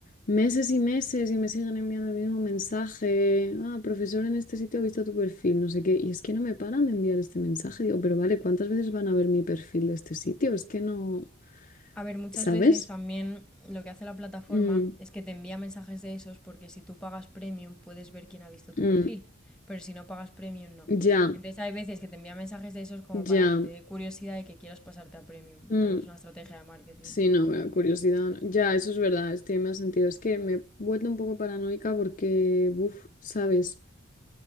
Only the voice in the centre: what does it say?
A ver, muchas
veces también lo que hace la plataforma
es que te envía mensajes de esos porque si tú pagas premium puedes ver quién ha visto tu
perfil, pero si no pagas premium no.
Entonces hay veces que te envía mensajes de esos como para
que te dé curiosidad y que quieras pasarte a premium.
También es una estrategia de marketing.